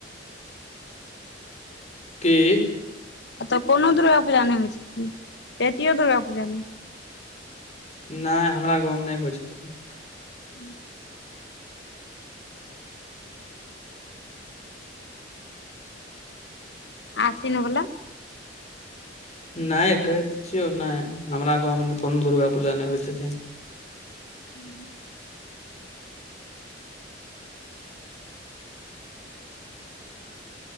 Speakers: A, on the left; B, on the left.
A: कि
B: एतय कोनो दुर्गा पूजा नइ होइ छथिन चैतियो दुर्गा पूजा नइ
A: नय हमरा गाँवमे नय होइ छथिन
B: <inaudible> आसीन वला
A: नहि कहैतऽ छियौ नहि हमरा गावमे ने कोनो दुर्गा पूजा नहि होइ छथिन
B: ह्